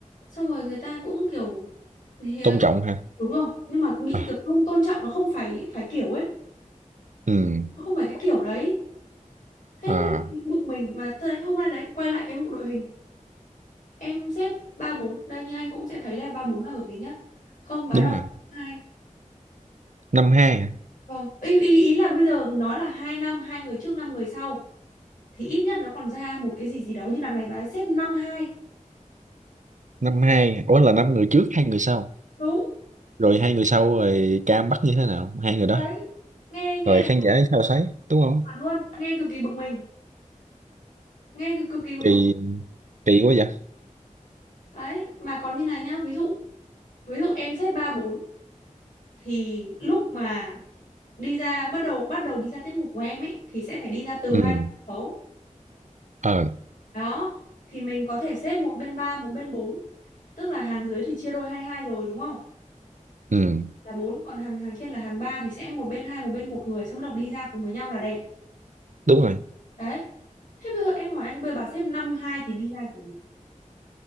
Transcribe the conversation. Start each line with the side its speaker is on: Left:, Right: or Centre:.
Left: xong rồi người ta cũng kiểu thì ờ,
Right: Tôn
Left: gọi-
Right: trọng ha.
Left: đúng rồi nhưng mà bị
Right: À,
Left: kiểu không tôn trọng nó không phải phải kiểu ấy
Right: ừ.
Left: nó không phải cái kiểu đấy thế
Right: À
Left: nên bực mình mà thế đấy hôm nay đấy quay lại cái vụ đội hình em xếp ba bốn đây như anh cũng sẽ thấy là ba bốn là hợp lý nhất không bán
Right: đúng
Left: rồi
Right: rồi.
Left: hai
Right: Năm hai, hả?
Left: vâng ý, ý ý là bây giờ nói là hai năm hai người trước năm người sau thì ít nhất nó còn ra một cái gì gì đó như đằng này bà ấy xếp năm hai
Right: năm hai. Ủa là năm người trước hai người sau.
Left: đúng
Right: Rồi hai người sau rồi cam bắt như thế nào? Hai người đó.
Left: đấy nghe nghe
Right: Rồi
Left: là
Right: khán giả sao thấy, đúng không?
Left: chuẩn luôn nghe cực kỳ bực mình nghe cực, cực kỳ bực
Right: Kỳ
Left: bực
Right: kỳ quá vậy.
Left: đấy mà còn như này nhá ví dụ ví dụ em xếp ba bốn thì lúc mà đi ra bắt đầu bắt đầu đi ra tiết mục của em ấy thì sẽ phải đi ra từ
Right: Ừ.
Left: hai bên sân khấu
Right: Ờ.
Left: đó thì mình có thể xếp một bên ba một bên bốn tức là hàng dưới thì chia đôi hai hai rồi đúng không
Right: Ừ.
Left: là bốn còn hàng hàng trên là hàng ba thì sẽ một bên hai một bên một người xong bắt đầu đi ra cùng với nhau là đẹp
Right: Đúng rồi.
Left: đấy thế bây giờ em hỏi anh bây giờ bà xếp năm hai thì đi ra kiểu gì